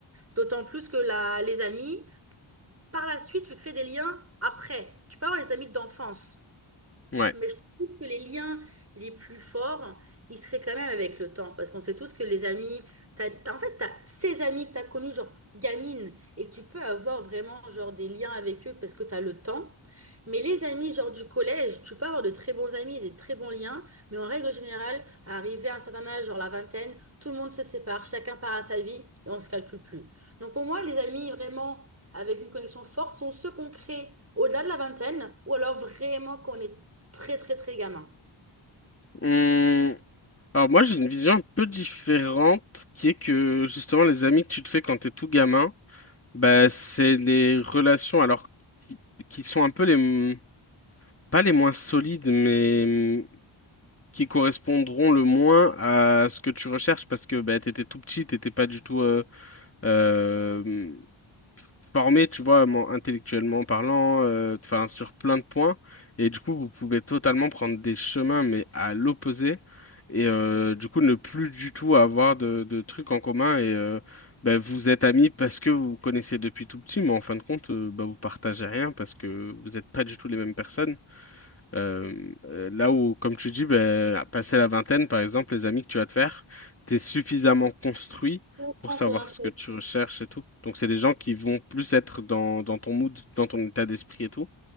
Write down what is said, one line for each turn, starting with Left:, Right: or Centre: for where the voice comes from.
Right: D'autant plus que la, les amis, par la suite, tu crées des liens après. Tu peux avoir les amis d'enfance.
Left: <laughs> ouais.
Right: Mais je trouve que les liens les plus forts, ils seraient quand même avec le temps. Parce qu'on sait tous que les amis, t'as- t'as- en fait, tu as ces amis que tu as connus, genre gamine, et que tu peux avoir vraiment genre, des liens avec eux parce que tu as le temps. Mais les amis, genre du collège, tu peux avoir de très bons amis et des très bons liens. Mais en règle générale, arrivé à un certain âge, genre la vingtaine, tout le monde se sépare, chacun part à sa vie et on ne se calcule plus. Donc pour moi, les amis vraiment avec une connexion forte sont ceux qu'on crée au-delà de la vingtaine ou alors vraiment qu'on est très, très, très gamin.
Left: Hum, Alors moi, j'ai une vision un peu différente qui est que justement, les amis que tu te fais quand t'es tout gamin, bah, c'est les relations alors qui qui sont un peu les... m- Pas les moins solides, mais qui correspondront le moins à ce que tu recherches parce que bah, tu tout petit, t'étais pas du tout euh, euh, formé, tu vois, mon- intellectuellement parlant, euh, enfin sur plein de points. Et du coup, vous pouvez totalement prendre des chemins, mais à l'opposé. Et euh, du coup, ne plus du tout avoir de, de trucs en commun. Et euh, bah, vous êtes amis parce que vous vous connaissez depuis tout petit, mais en fin de compte, euh, bah, vous partagez rien parce que vous n'êtes pas du tout les mêmes personnes. Euh, euh, là où, comme tu dis, ben, passer la vingtaine, par exemple, les amis que tu vas te faire, t'es suffisamment construit
Right: Je comprends
Left: pour savoir
Right: rien.
Left: ce que tu recherches et tout. Donc, c'est des gens qui vont plus être dans, dans ton mood, dans ton état d'esprit et tout.